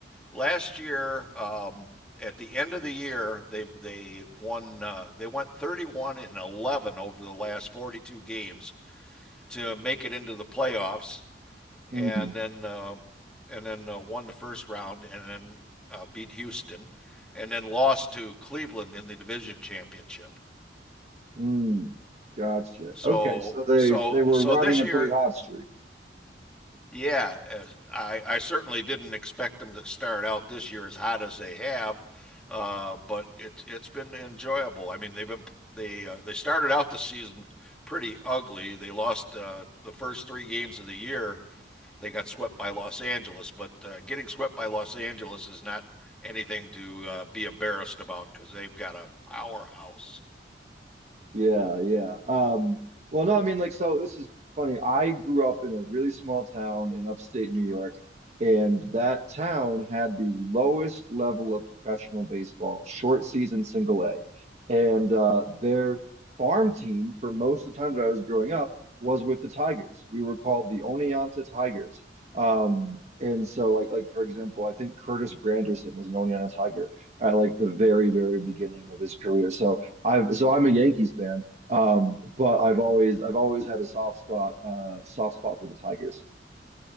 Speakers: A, in the centre; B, on the right.
A: last year, um, at the end of the year, they they won uh, they went 31 and 11 over the last 42 games to make it into the playoffs,
B: Mm,
A: and then um and then uh, won the first round, and then uh, beat Houston, and then lost to Cleveland in the division championship.
B: mm, gotcha.
A: So
B: Okay, so they
A: so
B: they were
A: so
B: riding
A: this
B: a
A: year
B: pretty hot streak.
A: Yeah, as- I, I certainly didn't expect them to start out this year as hot as they have, uh, but it's it's been enjoyable. I mean, they've been they uh, they started out the season pretty ugly. They lost uh, the first three games of the year. They got swept by Los Angeles, but uh, getting swept by Los Angeles is not anything to uh, be embarrassed about because they've got a powerhouse.
B: Yeah, yeah. Um, well, no, I mean, like, so this is funny. I grew up in a really small town in upstate New York, and that town had the lowest level of professional baseball, short season single A. And uh, their farm team for most of the time that I was growing up was with the Tigers. We were called the Oneonta Tigers. Um, and so like like for example, I think Curtis Granderson was an Oneonta Tiger at like the very, very beginning of his career. So I've so I'm a Yankees fan, um, but I've always I've always had a soft spot uh, soft spot for the Tigers.